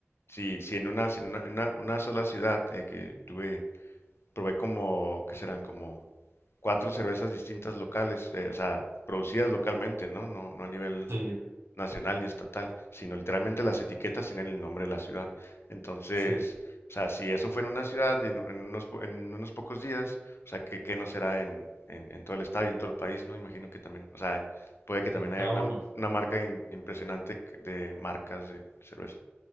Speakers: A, on the left; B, on the right.
A: si, si en una, si en una, en una- una sola ciudad eh, que tuve probé como, ¿qué serán? Como cuatro cervezas distintas locales, eh, o sea, producidas localmente, ¿no? No, no a nivel
B: sí,
A: nacional ni estatal, sino literalmente las etiquetas tienen el nombre de la ciudad. Entonces,
B: sí,
A: o sea, si eso fuera en una ciudad en, un- en unos, po- en unos pocos días, o sea, ¿qué, qué no será en, en, en todo el estado y en todo el país, ¿no? Imagino que también, o sea, puede que también
B: está
A: haya una,
B: bueno,
A: una marca in- impresionante de marcas de cerveza,